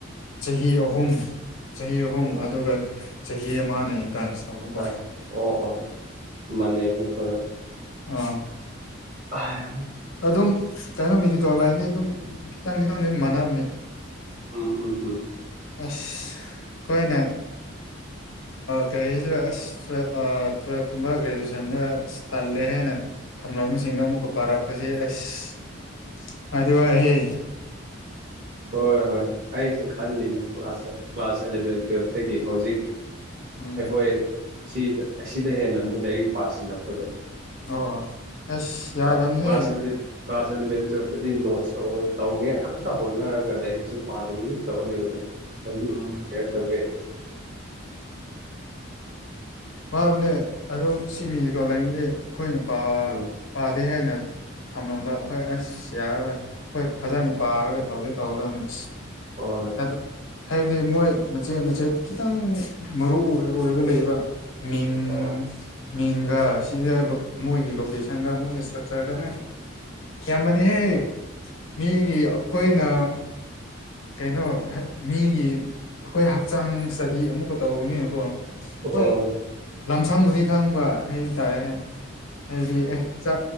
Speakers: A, on the left; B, on the right.
A: ꯆꯍꯤ ꯑꯍꯨꯝ ꯆꯍꯤ ꯑꯍꯨꯝ
B: ꯑꯣ
A: ꯑꯗꯨꯒ ꯆꯍꯤ ꯑꯃꯅ ꯏꯟꯇꯔꯟꯁ ꯇꯧꯕꯀꯣ
B: ꯇ ꯑꯣ ꯑꯣ ꯃꯟꯅꯩꯅꯦ ꯑꯩꯈꯣꯏꯒꯥ
A: ꯑꯥ
B: ꯍ
A: ꯑꯗꯨꯝ ꯀꯩꯅꯣ ꯃꯤꯗꯤ ꯇꯣ ꯂꯥꯏꯟꯗꯤ ꯑꯗꯨꯝ ꯈꯤꯇꯪ ꯈꯤꯇꯪꯗꯤ ꯑꯗꯨꯝ ꯃꯥꯟꯅꯕꯅꯦ
B: ꯎꯝ ꯎꯝ ꯎꯝ
A: ꯑꯁ ꯀꯣꯏꯅ ꯀꯩ ꯍꯥꯏꯁꯤꯔ ꯑꯁ ꯇꯨꯌꯦꯞ ꯇꯨꯌꯦꯜꯞꯀꯨꯝꯕ ꯒ꯭ꯔꯦꯖꯨꯑꯦꯁꯟꯗ ꯇꯜꯂꯦ ꯍꯥꯏꯅ ꯊꯝꯅꯕꯁꯤꯡꯗꯣ ꯑꯃꯨꯛꯀ ꯄꯥꯔꯛꯄꯁꯦ ꯑꯁ ꯋꯥꯗꯤ ꯋꯥꯏꯍꯦ
B: ꯍꯣꯏ ꯍꯣꯏ ꯑꯩꯁꯨ ꯈꯜꯂꯤꯅꯦ ꯀ꯭ꯂꯥꯁ ꯀ꯭ꯂꯥꯁ ꯑꯦꯂꯚꯦꯟ ꯇꯨꯋꯦꯜꯐꯇꯒꯤ ꯍꯧꯖꯤꯛ
A: ꯎꯝ
B: ꯑꯩꯈꯣꯏ ꯁꯤꯗ ꯑꯁꯤꯗ ꯍꯦꯟꯅ ꯑꯃꯨꯛ ꯂꯥꯏꯔꯤꯛ ꯄꯥꯁꯤꯜꯂꯛꯄꯗꯣ
A: ꯑꯣ ꯑꯁ ꯌꯥꯗꯕꯅꯤꯍꯦ
B: ꯄ ꯄꯁ ꯀ꯭ꯂꯥꯁ ꯑꯦꯂꯚꯦꯟ ꯇꯨꯋꯦꯜꯞꯇꯗꯤ ꯅꯣꯠꯁ ꯇꯧ ꯇꯧꯅꯦ ꯈꯛꯇ ꯇꯧ ꯍꯣꯠꯅꯔꯒ ꯂꯥꯏꯔꯤꯛꯁꯨ ꯄꯥꯗꯕꯤ ꯑꯗꯨꯝ ꯇꯧꯍꯜꯂꯦꯕꯗꯣ <unintelligible>
A: ꯎꯝ ꯋꯥꯕꯅꯦ ꯑꯗꯨꯝ ꯁꯤꯃꯤꯁꯦꯀꯣ ꯂꯩꯥꯏꯔꯤꯅꯤꯡꯗꯦ ꯑꯩꯈꯣꯏꯅꯥ ꯄꯥ
B: ꯎꯝ
A: ꯄꯥꯗꯦ ꯍꯦꯟꯅ ꯊꯝꯂꯝꯕ ꯑꯩꯈꯣꯏ ꯑꯁ ꯌꯥꯔꯔꯣꯏ ꯑꯩꯈꯣꯏ ꯐꯖꯅ ꯄꯥꯔꯒ ꯇꯧꯗꯤ ꯇꯧꯒꯗꯕꯅꯤ ꯑꯁ
B: ꯍꫭꯏ
A: ꯑꯗꯣ ꯍꯥꯏꯕꯗꯤ ꯃꯣꯏ ꯃꯆꯦꯠ ꯃꯆꯦꯠ ꯈꯤꯇꯪ ꯃꯔꯨ ꯑꯣꯏ ꯑꯣꯏꯔꯕ ꯂꯩꯕ ꯃꯤꯡ
B: ꯑꯥ
A: ꯃꯤꯡꯒ ꯁꯤꯗ ꯃꯣꯏꯒꯤ ꯂꯣꯀꯦꯁꯟ ꯁꯪꯒꯥ ꯃꫭꯏ ꯏꯟꯁꯇ꯭ꯔꯛꯆꫪꯒ ꯌꯥꯝꯕꯅꯤꯍꯦ
B: ꯑꯥ
A: ꯃꯤꯒꯤ ꯑꯩꯈꯣꯏꯅ ꯀꯩꯅꯣ ꯃꯤꯒꯤ ꯑꯩꯈꯣꯏ ꯍꯛꯆꯥꯡ ꯏꯁꯇꯗꯤ ꯑꯃꯨꯛꯀ ꯇꯧꯕꯅꯤꯀꯣ ꯍꯣꯏ
B: ꯎꯝ
A: ꯂꯝꯁꯪꯕꯨꯗꯤ ꯈꯪꯕ ꯍꯥꯏꯕ ꯇꯥꯔꯦ ꯍꯥꯏꯕꯗꯤ ꯑꯦ ꯆ